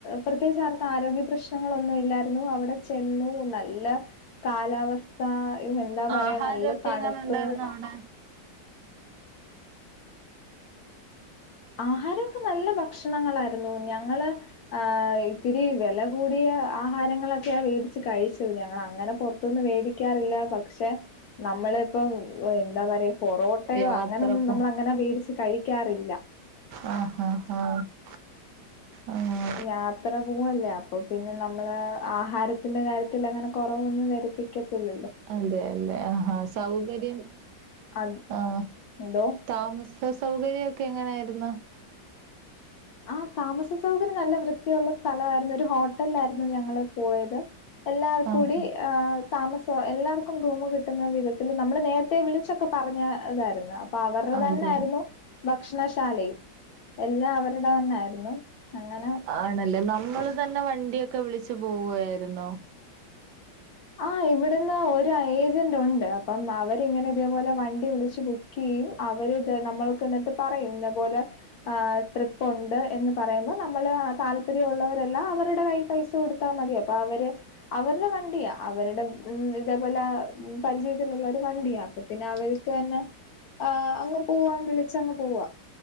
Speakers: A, on the left (about 70°); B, on the right (about 75°).
A: പ്രത്യേകിച്ച് അവർക്ക് ആരോഗ്യ പ്രശ്ന നങ്ങളൊന്നും ഇല്ലായിരുന്നു അവിടെ ചെന്നു നല്ല കാലാവ സ്ഥ എന്താ പറയാ
B: ആഹാരൊക്കെ
A: നല്ല തണുപ്പ്
B: എങ്ങനെ ഉണ്ടായിരുന്നു അവിടെ
A: ആഹാരം ഒക്കെ നല്ല ഭക്ഷണങ്ങൾ ആയിരുന്നു ഞങ്ങള് ആഹ് ഇത്തിരി വില കൂടിയ ആഹാരങ്ങൾ ഒക്കെയാ വേടിച്ച് കഴിച്ചത് ഞങ്ങൾ അങ്ങനെ പുറ ത്തൊന്നും മേടിക്കാറില്ല പക്ഷെ നമ്മളിപ്പം എന്താ പറയാ പൊറോട്ടയോ
B: യാത്ര
A: അങ്ങനൊന്നും
B: പോ
A: നമ്മൾ അങ്ങനെ വേടിച്ച് കഴിക്കാറില്ല
B: ആഹ് <unintelligible> ആഹ്
A: യാത്ര പോവല്ലേ അപ്പൊ പിന്നെ നമ്മള് ആഹാരത്തിന്റെ കാര്യത്തിൽ അങ്ങനെ കുറവൊന്നും വരുത്തി ക്കത്തില്ലല്ലോ
B: അതെ അല്ലേ ആഹ് സൗകര്യം
A: അത്
B: ആഹ്
A: എന്തോ
B: താമസ സ സൗകര്യം ഒക്കെ എങ്ങനെ ആയിരുന്നു
A: ആഹ് താമസ സൗകര്യം നല്ല വൃത്തിയുള്ള സ് സ്ഥലവായിരുന്നു ഒരു ഹോട്ടലില് ആയിരുന്നു ഞങ്ങള് പോയത് എല്ലാവർക്കും
B: ആഹ്
A: കൂടി ആഹ് താമസം എല്ലാവർക്കും റൂമ് കിട്ടുന്ന വിധത്തില് നമ്മള് നേര ത്തെ വിളിച്ചൊക്കെ പറഞ്ഞ ഇതായിരുന്നു അപ്പൊ അവരുടെ
B: അതെ
A: തന്നെ ആയിരുന്നു ഭക്ഷണ ശാലയും എല്ലാം അവരുടെ തന്നായിരുന്നു അങ്ങനെ
B: ആണല്ലേ നമ്മള് തന്നെ വണ്ടി ഒക്കെ വിളിച്ച് പോവു ആയിരുന്നോ
A: ആഹ് ഇവിടുന്ന് ഒരു ഏജന്റ് ഉണ്ട് അപ്പം അവരിങ്ങനെ ഇതേ പോലെ വണ്ടി വിളിച്ച് ക്കേയും അവര് ഇത് നമ്മൾക്ക് എന്നിട്ട് പറയും ഇന്ന പോലെ ആഹ് ട്രിപ്പ് ഉണ്ട് എന്ന് പറയുമ്പം നമ്മള് താല്പര്യം ഉള്ളവരെല്ലാം അവരുടെ കൈയിൽ പൈസ സ കൊടുത്താൽ മതി അപ്പൊ അവര് അവരുടെ വണ്ടിയാ അവരുടെ ഉ ഇതേപോലെ പരിചയത്തിലുള്ള ഒരു വണ്ടി യാ അപ്പൊ പിന്നെ അവർക്ക് തന്നെ ആഹ് അങ്ങ് പോവാം വിളിച്ചങ്ങ് പോവാ